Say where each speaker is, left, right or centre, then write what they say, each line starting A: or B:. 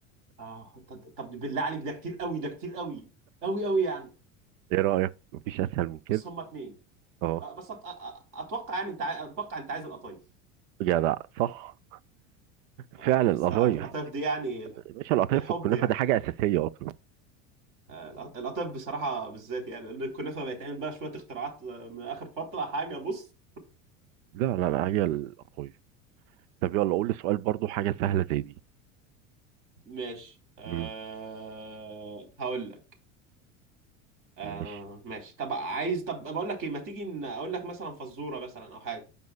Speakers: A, on the right (about 50°); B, on the right (about 75°).
A: اه ط- ط- طب بالله عليك ده كتير قوي ده كتير قوي قوي قوي يعني
B: ايه رأيك مفيش اسهل من كده
A: بس هما اتنين
B: اهو
A: آه، بس أت... أ- أ- اتوقع يعني انت عاي- اتوقع انت عايز القطايف
B: جدع صح
A: آه،
B: فعلا القطايف
A: أصل القطايف دي يعني
B: يا باشا القطايف
A: الحب
B: والكنافة
A: يعني
B: دي حاجة أساسية أصلا
A: آه، القطايف بصراحة بالذات يعني الكنافة بيتعمل بقى شوية اختراعات آه، من آخر فترة حاجة بص
B: لا لا لا هي القطايف طب يلا قول لي سؤال برضو حاجة سهلة زي دي
A: ماشي أه
B: امم
A: هقول لك أه
B: ماشي
A: ماشي طب عايز طب بقول لك ايه ما تيجي ن- اقول لك مثلا فزورة مثلا او حاجة